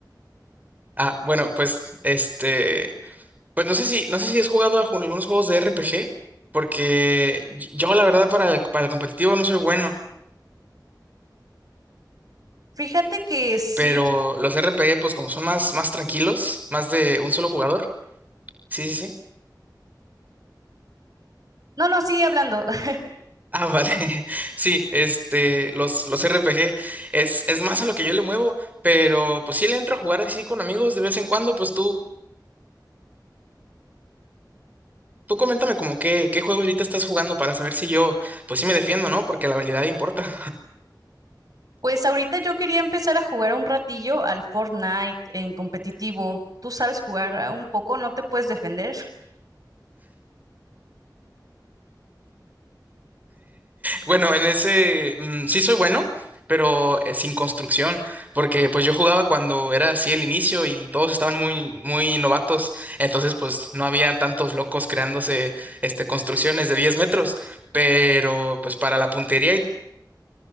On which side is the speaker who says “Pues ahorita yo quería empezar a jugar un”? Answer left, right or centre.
Right